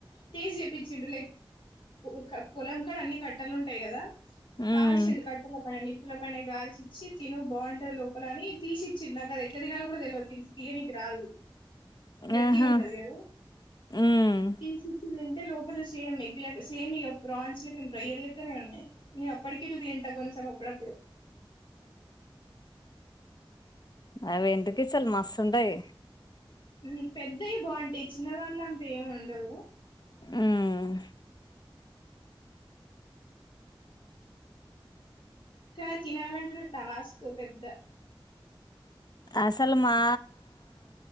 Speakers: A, on the left; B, on the left.
A: తేజ్ చేయిించిండు లైక్ ఒక పొలం కాడ అన్ని కట్టలు ఉంటాయి కదా కాల్షడ్
B: ఉమ్
A: కట్టలే పయని నిప్పుల పైన గాల్సి ఇచ్చి తిను బావుంటది లోపల అని తీసి చ్చి నాక్ అది ఎట్లా తినాలో గూడ తెల్వదు తియ్యనికి రాదు. గట్టిగా
B: ఆహా
A: ఉంటది గదా
B: ఉమ్
A: తీసి ఇచ్చేది ఏంఉన్న టే లోపల సేమ్ ఎగ్ లెక్క సేమ్ ఇగ ప్రాన్స్ లెక్క రోయ్యళ్ళెక్కనే ఉన్నాయి. నేనప్పటికెళ్ళ తింటా కొంచం అప్పుడప్పుడు
B: అ వేండ్రీకిచ్చలు మస్తుంటయి.
A: ఉమ్ పెద్దయే బావుంటయి, చిన్నదాంట్ల అంత ఎం ఉండదు
B: ఉమ్
A: క్రాబ్ తినాలంటనే టాస్క్ పెద్ద
B: అసలు మా